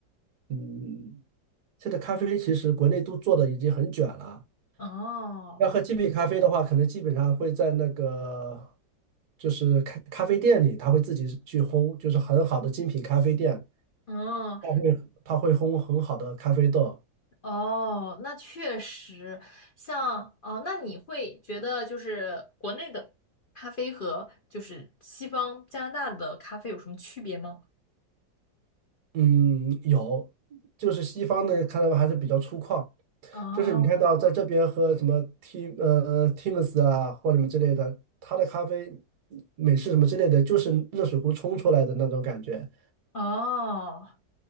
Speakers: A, on the right; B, on the left.
A: 嗯，现在咖啡其实国内都做的已经很卷了。
B: 哦，
A: 要喝精品咖啡的话，可能基本上会在那个就是咖咖啡店里，他会自己去烘，就是很好的精品咖啡店，
B: 哦，
A: 他会他会烘很好的咖啡豆。
B: 哦，那确实，像哦，那你会觉得就是国内的咖啡和就是西方加拿大的咖啡有什么区别吗？
A: 嗯，有，就是西方呢，看到还是比较粗犷，
B: 哦，
A: 就是你看到在这边喝什么 Tim 呃 Tims 啊或者什么之类的，它的咖啡美式什么之类的，就是热水壶冲出来的那种感觉
B: 哦。